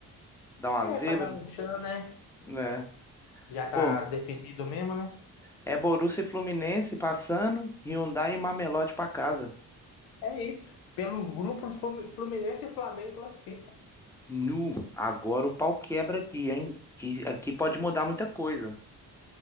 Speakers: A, in the centre; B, on the left (about 80°).
A: Dá uma
B: É,
A: zebra,
B: pra dar um tchan, né?
A: né?
B: Já tá
A: Pô,
B: definido mesmo, né?
A: é Borussia e Fluminense passando, Hyundai e Mamelodi para casa.
B: É isso. Pelo grupo, Flu- Fluminense e Flamengo classifica.
A: Nu, agora o pau quebra aqui, hein? Que aqui pode mudar muita coisa.